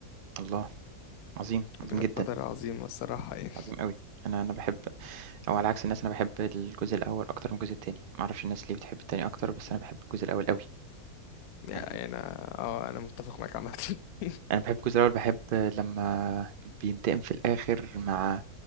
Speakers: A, on the right; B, on the left.
A: الله! عظيم، عظيم
B: ذا جاد
A: جدًا،
B: فاذر عظيمة الصراحة يعني
A: عظيم أوي. أنا أنا باحب أو على عكس الناس أنا باحب الجزء الأول أكتر من الجزء التاني، ما أعرفش الناس ليه بتحب التاني أكتر، بس أنا باحب الجزء الأول أوي.
B: <laughs> يعني
A: يعني
B: انا اه انا متفق معاك عامة <laughs>
A: أنا باحب الجزء الأول، باحب لمّا بينتقم في الآخر مع